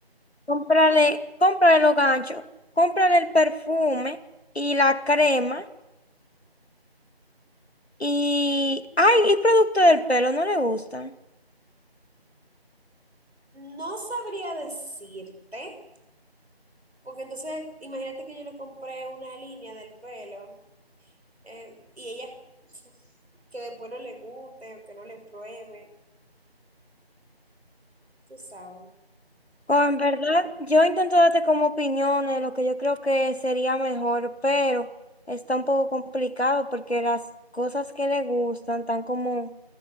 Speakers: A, on the left (about 80°); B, on the right (about 80°).
A: Cómprale, cómprale los ganchos, cómprale el perfume y la crema. Y, ay, y producto del pelo, no le gustan.
B: No sabría decirte, porque entonces imagínate que yo le compré una línea del pelo eh, y ella <laughs> que después no le guste o que no le pruebe, tú sabes.
A: O en verdad, yo intento darte como opiniones lo que yo creo que sería mejor, pero está un poco complicado porque las cosas que le gustan tan como...